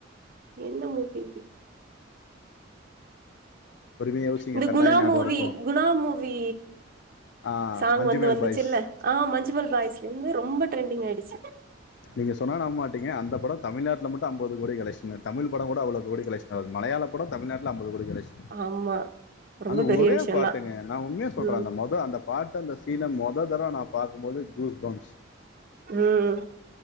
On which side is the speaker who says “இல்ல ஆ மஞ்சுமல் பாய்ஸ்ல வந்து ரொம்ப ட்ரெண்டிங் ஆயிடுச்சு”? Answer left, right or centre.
Right